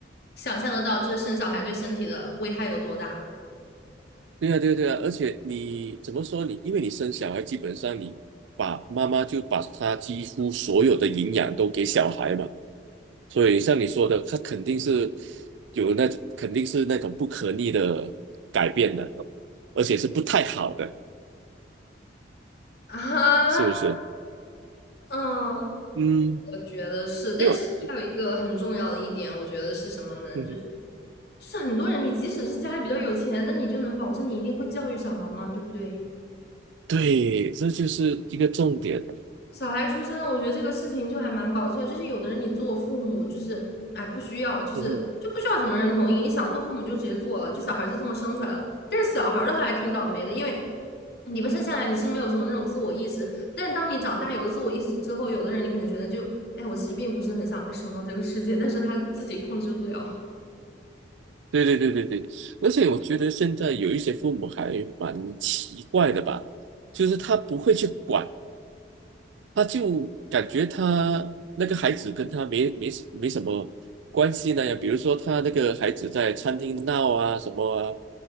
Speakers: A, on the left; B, on the right.
A: 想象得到，就是生小孩对身体的危害有多大
B: 对啊，对啊，对啊，而且你怎么说你，因为你生小孩，基本上你把妈妈就把她几乎所有的营养都给小孩嘛，所以像你说的，她肯定是有那种，肯定是那种不可逆的改变的，而且是不太好的，
A: 啊？
B: 是不是？
A: 嗯，
B: 嗯，
A: 我觉得是，但是还有一个很重要的一点，
B: 因为我
A: 我觉得是什么呢？
B: 嗯哼
A: 就是就是很多人，你即使是家里比较有钱，那你就能保证你一定会教育小孩吗？对不对？
B: 对，这就是一个重点。
A: 小孩出生，我觉得这个事情就还蛮搞笑。就是有的人你做父母，就是哎不需要，就是就不需要什么人同意，
B: 嗯哼，
A: 你想做父母就直接做了，就小孩就这么生出来了。但是小孩的话还挺倒霉的，因为你不生下来你是没有什么那种自我意识，但是当你长大有了自我意识之后，有的人你可能觉得就哎我其实并不是很想被生到这个世界，但是他自己控制不了。
B: 对对对对对，而且我觉得现在有一些父母还蛮奇怪的吧。就是他不会去管他就感觉他那个孩子跟他没没没什么关系那样，比如说他那个孩子在餐厅闹啊什么啊，